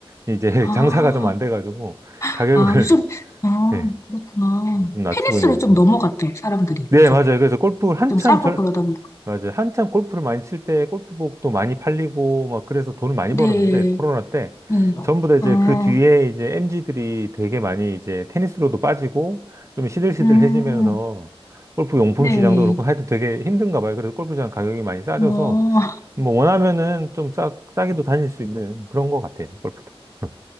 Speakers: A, on the right (about 30°); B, on the left (about 25°).
A: 이제 <laughs>
B: 아,
A: 장사가 좀 안 돼가지고, 가격을,
B: 아, 요즘,
A: <laughs>
B: 아,
A: 예,
B: 그렇구나.
A: 좀 낮추고
B: 테니스로
A: 있는
B: 좀
A: 지금.
B: 넘어갔죠, 사람들이
A: 네,
B: 요즘에.
A: 맞아요. 그래서 골프를 한참
B: 좀 싸고
A: 절,
B: 그러다 보니까.
A: 맞아요. 한참 골프를 많이 칠 때 골프복도 많이 팔리고 막 그래서 돈을 많이
B: 네,
A: 벌었는데 코로나 때
B: 네.
A: 전부 다 이제
B: 아,
A: 그 뒤에 이제 m 지들이 되게 많이 이제 테니스로도 빠지고 좀 시들시들해지면서
B: 음,
A: 골프 용품
B: 네.
A: 시장도 그렇고 하여튼 되게 힘든가 봐요. 그래서 골프장 가격이 많이 싸져서
B: 어,
A: 뭐 원하면은 좀 싸, 싸게도 다닐 수 있는 그런 것 같아요. 골프도. <laughs>